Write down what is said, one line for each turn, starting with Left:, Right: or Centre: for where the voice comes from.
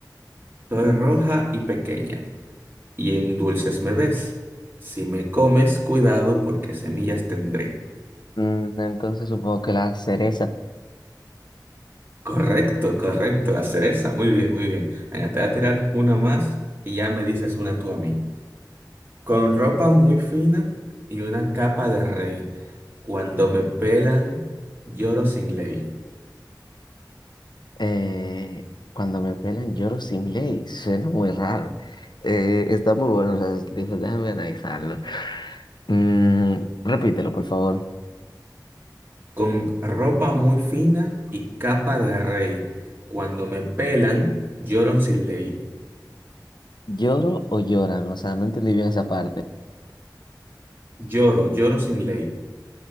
Right: Soy roja y pequeña, y en dulces me ves. Si me comes, cuidado, porque semillas tendré.
Left: Mm, Entonces supongo que las cerezas,
Right: Correcto, correcto. La cereza. Muy bien, muy bien. Venga, te voy a tirar una más y ya me dices una tú a mí. Con ropa muy fina y una capa de rey. Cuando me pelan, lloro sin ley.
Left: eh, cuando me pelan lloro sin ley, suena muy raro. Eh, está muy bueno, o sea, dijo, déjame analizarlo. Mm, repítelo, por favor.
Right: Con ropa muy fina y capa de rey. Cuando me pelan, lloro sin ley.
Left: ¿Lloro o lloran? O sea, no entendí bien esa parte. <sighs>
Right: Lloro, lloro sin ley.